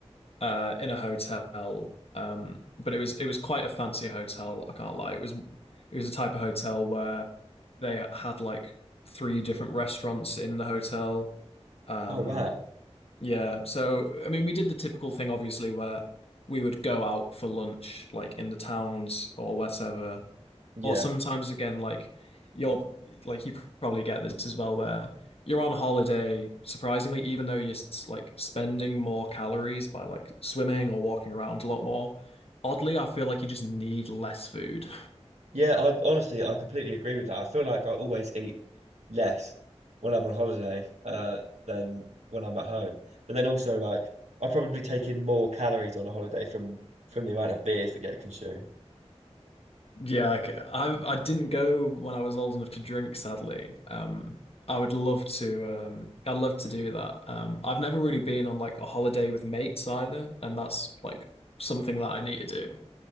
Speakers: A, on the left; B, on the right.
A: uh, in a hotel. Um, but it was it was quite a fancy hotel. I can't lie. It was it was a type of hotel where they had like three different restaurants in the hotel. Um,
B: Oh wow,
A: yeah. So, I mean, we did the typical thing, obviously, where we would go out for lunch, like in the towns or whatever.
B: yeah,
A: Or sometimes, again, like you're like, you probably get this as well, where you're on holiday, surprisingly, even though you're s- like spending more calories by like swimming or walking around a lot more. Oddly, I feel like you just need less food.
B: yeah. I honestly I completely agree with that. I feel like I always eat less when I'm on holiday uh, than when I'm at home. But then also, like, I probably take in more calories on a holiday from from the amount of beers that get consumed.
A: Yeah, I, c- I I didn't go when I was old enough to drink, sadly. Um, I would love to. Um, I'd love to do that. Um, I've never really been on like a holiday with mates either, and that's like something that I need to do.